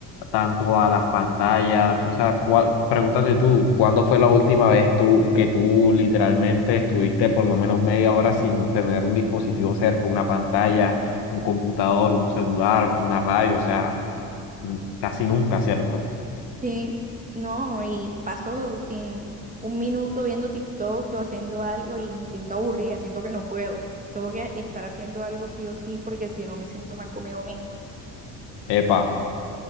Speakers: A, on the left; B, on the right.
A: tanto a las pantallas. O sea, cua- pregúntate tú, ¿cuándo fue la última vez tú que tú literalmente estuviste por lo menos media hora sin tener un dispositivo cerca, una pantalla, un computador, un celular, una radio? O sea, n- casi nunca, ¿cierto?
B: Sí, no, y paso sin un minuto viendo TikTok o haciendo algo y me siento aburrida, siento que no puedo. Tengo que estar haciendo algo sí o sí porque si no me siento mal conmigo misma.
A: Epa.